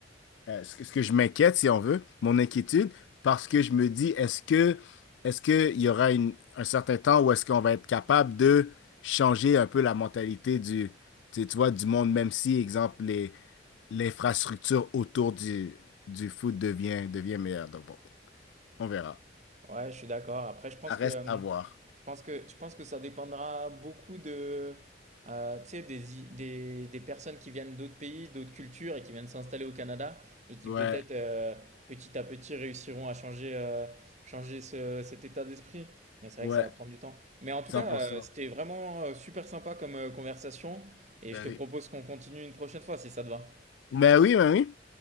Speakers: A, on the left; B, on the right.
A: euh, ce que, ce que je m'inquiète si on veut mon inquiétude parce que je me dis est-ce que est-ce que il y aura une, un certain temps où est-ce qu'on va être capable de changer un peu la mentalité du tu, tu vois du monde même si exemple les l'infrastructure autour du du foot devient devient meilleure. Donc bon, on verra.
B: Ouais, je suis d'accord. Après, je pense
A: Ça reste
B: que, euh,
A: à voir.
B: je pense que, je pense que ça dépendra beaucoup de, euh, tu sais, des, i- des, des personnes qui viennent d'autres pays, d'autres cultures et qui viennent s'installer au Canada et qui
A: Ouais,
B: peut-être euh, petit à petit réussiront à changer, euh, changer ce- cet état d'esprit. Mais c'est vrai
A: ouais,
B: que ça va prendre du temps. Mais en tout
A: 100%.
B: cas, euh, c'était vraiment euh, super sympa comme euh, conversation et
A: Ben
B: je te propose
A: oui,
B: qu'on continue une prochaine fois si ça te va.
A: ben oui. ben oui.